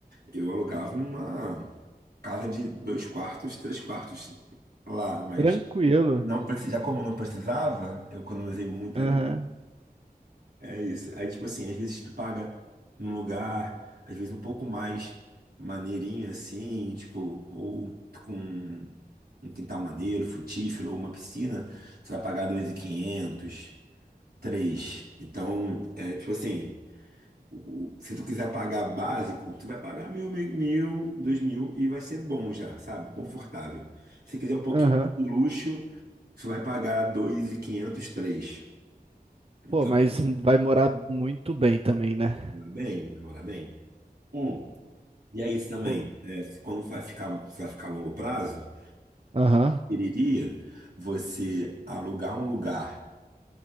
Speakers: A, on the right; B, on the right.
A: eu alugava uma, casa de dois quartos, três quartos lá, mas
B: Tranquilo.
A: não precisa, já como não precisava, eu economizei muita
B: Aham,
A: grana. É isso. Aí, tipo assim, às vezes tu paga num lugar, às vezes um pouco mais maneirinho assim, tipo, ou com um quintal maneiro, frutífero, ou uma piscina, você vai pagar dois mil e quinhentos, três Então, é tipo assim o- se tu quiser pagar básico, tu vai pagar mil, mil, mil, dois mil e vai ser bom já, sabe? Confortável. Se quiser um pouquinho
B: aham.
A: de luxo, tu vai pagar dois mil e quinhentos, três. Então,
B: Pô, mas
A: vai
B: vai morar muito bem também, né?
A: morar bem, vai morar bem. Um, e é isso também.
B: Pô.
A: É, quando vai ficar, vai ficar a longo prazo,
B: Aham.
A: eu iria você alugar um lugar